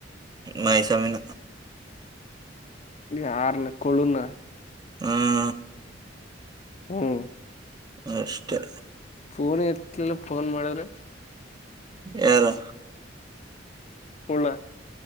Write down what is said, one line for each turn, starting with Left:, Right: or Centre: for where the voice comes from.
Right: ಮೈಸಾಮಿನ.
Left: ಈ ಆರ್ನ ಕೊಳುನ.
Right: ಹ್ಮ.
Left: ಹ್ಮ್.
Right: ಅಷ್ಟೇ.
Left: ಫೋನ್ ಇತ್ತಲಿಲ್ಲ ಫೋನ್ ಮಾಡಿದ್ರೆ.
Right: ಯಾರು.
Left: ಕುರುಡ